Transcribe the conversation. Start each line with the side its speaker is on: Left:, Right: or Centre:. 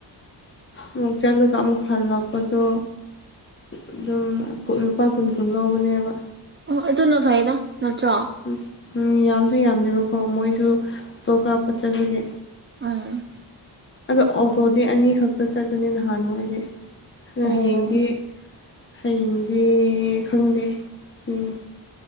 Left: ꯑꯃꯨꯛ ꯆꯠꯂꯒ ꯑꯃꯨꯛ ꯍꯜꯂꯛꯄꯗꯣ ꯑꯗꯨꯝ ꯂꯨꯄꯥ ꯀꯨꯟ ꯀꯨꯟ ꯂꯧꯕꯅꯦꯕ
Right: ꯑꯣ ꯑꯗꯨꯅ ꯐꯩꯌꯦꯗ ꯅꯠꯇ꯭ꯔꯣ
Left: ꯎꯝ ꯎꯝ ꯌꯥꯝꯁꯨ ꯌꯥꯝꯗꯦꯕꯀꯣ ꯃꯣꯏꯁꯨꯇꯣ ꯀꯄꯠꯆꯕꯤꯒꯦ
Right: ꯎꯝ
Left: ꯑꯗꯣ ꯑꯣꯇꯣꯗꯤ ꯑꯅꯤ ꯈꯛꯇ ꯆꯠꯄꯅꯦ ꯅꯍꯥꯟꯋꯥꯗꯤ ꯑꯗꯣ
Right: ꯑꯣ
Left: ꯍꯌꯦꯡꯗꯤ ꯍꯌꯦꯡꯗꯤ ꯈꯪꯗꯦ ꯎ